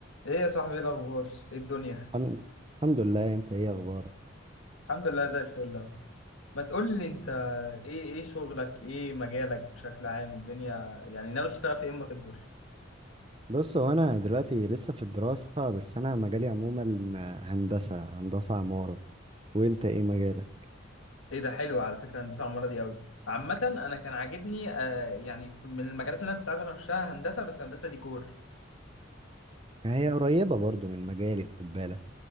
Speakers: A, on the left; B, on the right.
A: ايه يا صاحبي ايه الاخبار ايه الدنيا
B: الحمد الحمد لله انت ايه اخبارك
A: الحمد لله زي الفل اهو ما تقول لي انت ايه ايه شغلك ايه مجالك بشكل عام الدنيا يعني ناوي تشتغل في ايه اما تكبر
B: بص هو انا دلوقتي لسه في الدراسة بس انا مجالي عموما هندسة هندسة عمارة وانت ايه مجالك
A: ايه ده حلو على فكره الهندسه عماره دي قوي عامه انا كان عاجبني آه يعني في- من المجالات اللي انا كنت عايز اخشها هندسه بس هندسه ديكور
B: هي قريبة برضو من مجالي خد بالك